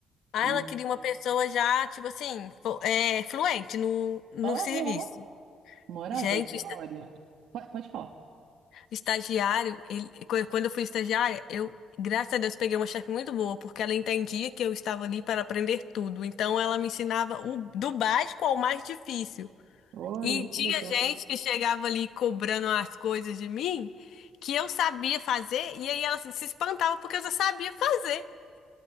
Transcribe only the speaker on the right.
E,
aham,
moral
da história. Pode, pode falar.
Olha,
que
legal.